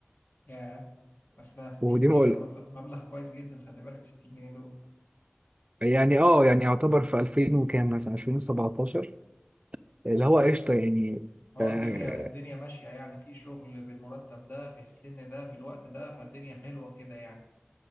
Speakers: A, on the left; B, on the right.
A: يا بس ده 60
B: ودي
A: جنيه
B: بقول
A: ده مبلغ مبلغ كويس جدا خلي بالك 60 جنيه دول
B: يعني اه يعني يعتبر في 2000 وكام مثلا 2017 اللي هو قشطه يعني
A: اه
B: اه
A: الدنيا الدنيا ماشيه يعني في شغل بالمرتب ده في السن ده في الوقت ده فالدنيا حلوه كده يعني